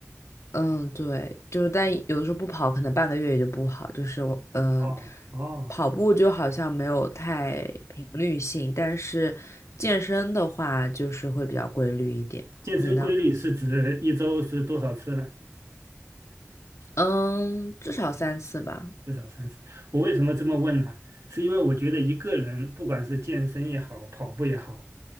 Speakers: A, on the left; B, on the right.
A: 嗯，对，就是但有的时候不跑，可能半个月也就不好。就是我，嗯，
B: 哦哦
A: 跑步就好像没有太频率性，但是健身的话就是会比较规律一点。
B: 健身规律是指一周是多少次呢？
A: 你呢？嗯，至少三次吧。
B: 至少三次。我为什么这么问呢？是因为我觉得一个人不管是健身也好，跑步也好，